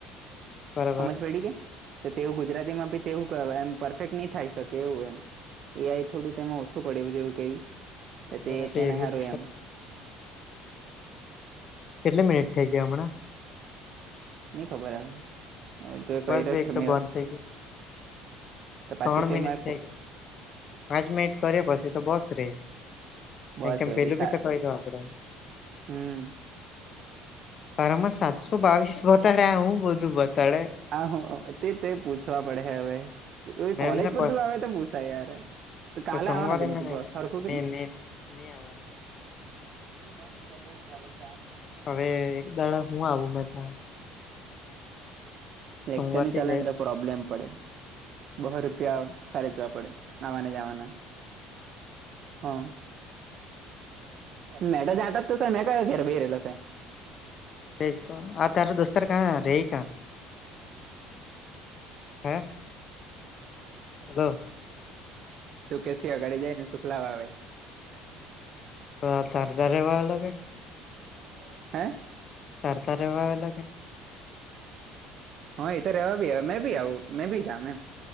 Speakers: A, on the left; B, on the right.
A: બરાબર
B: હમજ પડી કે તો તેવું ગુજરાતી માં બી તેવું કહેવાય એમ પરફેક્ટ નહી થાય શકે એવું એમ એ આઈ થોડું તેમાં ઓછ પડે જેવું કઈ તે
A: જરા
B: તેને
A: એવીસ
B: હારું એમ
A: કેટલી મિનિટ થઈ ગયા હમણાં
B: નઈ ખબર હ હવે તું
A: મોબાઈલ
B: એ કર્યો
A: એક
B: તો મે
A: બંધ થઈ ગયું
B: તો પછી
A: ત્રણ
B: તેમાં
A: મિનિટ થઈ ગઈ પાંચ મિનિટ કર્યો પછી તો બસ રે
B: બસ
A: કારણ કેમ
B: વરી
A: પેલું બી
B: તા
A: તો કહી દઉ આપડે
B: હમ
A: તાર આમાં સાતસો બાવીસ બતાડે હું બધું બતાડે
B: આ તે તે પૂછવા પડે હ હવે
A: મેમને
B: કોલેજ પર તું આવે તો પૂછાય યાર તું કાલે
A: સોમવારે
B: આવવાનો કે ન
A: નહી
B: તું હરખું કે ન
A: આવવાનો
B: એ બંધ કર દેવાનું કોલેજ જવાનુ
A: હવે એક દાડા હું આવું મે ત્યાં
B: લેક્ચર
A: સોમવારથી
B: નહીં ચાલેને
A: જ
B: તો પ્રોબ્લેમ પડે બહુ રૂપિયા ખર્ચવા પડે આવાને જવાના હા <unintelligible> મે તો જાતો મે કા ઘર બેહી રહેલો સા
A: તે તો આ તારો દોસ્તાર કા રહેકા હે હાલો
B: સુકેશ થી અગાળ જાય ને સુખલા વા આવે
A: પ તાર કા રહેવા લ કે
B: મારે <unintelligible> હે
A: તારે કા રહેવાનું કે
B: હા એ તો રહેવા બી આવે મેં બી આવું મેં બી જાવું એમ